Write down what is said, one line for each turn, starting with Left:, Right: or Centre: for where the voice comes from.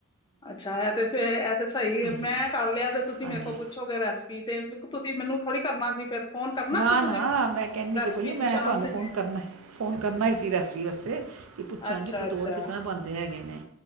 Left: ਅੱਛਾ ਐ ਤੇ ਫੇਰ ਐ ਤੇ ਸਈ
Right: ਹਾਂਜੀ
Left: ਏ। ਮੈਂ ਕਰ ਲਿਆ ਫੇਰ ਤੁਸੀ
Right: ਹਾਂਜੀ
Left: ਮੇਰੇ ਕੋਲ ਪੁੱਛੋਗੇ ਰੈਸਪੀ ਤੇ ਦੇਖੋ ਤੁਸੀ ਮੈਨੂੰ ਥੋੜ੍ਹੀ ਕਰਨਾ ਸੀ ਫੇਰ ਫੋਨ ਕਰਨਾ
Right: ਨਾ-ਨਾ
Left: ਸੀ ਤੁਸੀਂ
Right: ਮੈਂ ਕੈਂਨੀ
Left: ਰੈਸਪੀ
Right: ਤੇ ਪਈ ਏ ਮੈਂ
Left: ਪੁੱਛਣ
Right: ਤੁਆਨੂੰ
Left: ਵਾਸਤੇ
Right: ਫੋਨ ਕਰਨੈ। ਫ਼ੋਨ ਕਰਨਾ ਈ ਸੀ ਰੈਸਪੀ ਵਾਸੇ। ਕਿ ਪੁੱਛਾਂਗੀ
Left: ਅੱਛਾ
Right: ਪਤੋੜ
Left: ਅੱਛਾ
Right: ਕਿਸਰ੍ਹਾਂ ਬਣਦੇ ਹੈਗੇ ਨੇ